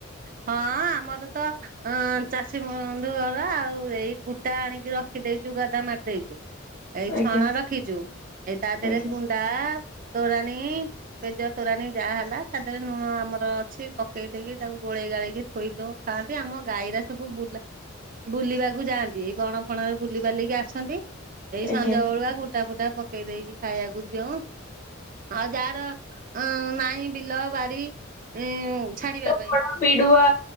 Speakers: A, on the right; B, on the left.
A: ହଁ ଆମର ତ ଅଁ ଚାଷୀ ବଧୁ ଘର ଆଉ ଏଇ କୁଟା ଆଣିକି ରଖିଦେଇଛୁ ଗଦା ମାରି ଦେଇଛୁ। ଏଇ
B: ଆଜ୍ଞା
A: ଛଣା ରଖିଛୁ ଏଇ ତା ଦେହରେ
B: ଆଜ୍ଞା।
A: କୁଣ୍ଡା ତୋରାଣୀ ପେଜ ତୋରାଣୀ ଯାହା ହେଲା ତା ଦେହରେ ଲୁଣ ଆମର ଅଛି ପକେଇ ଦେଇକି ତାକୁ ଗୋଳେଇ ଗାଳେଇକି ଥୋଇ ଦଉ ଖାଆନ୍ତି ଆମ ଗାଈରା ସବୁ ବୁଲା ବୁଲିବାକୁ ଯାଆନ୍ତି ଏଇ ବଣ ଫଣରେ ବୁଲିିବାଲିକି ଆସନ୍ତି ଏଇ
B: ଆଜ୍ଞା
A: ସଞ୍ଜ ବଳୁଆ କୁଟା ଫୁଟା ପକେଇ ଦେଇକି ଖାଇବାକୁ ଦିଉ ଆଉ ଯାହାର ଅ ନହିଁ ବିଲ ବାରି ଉୁଁ ଛାଡିବା
B: ଚୋକଡ଼
A: ପାଇଁ।
B: ପିଡୁଆ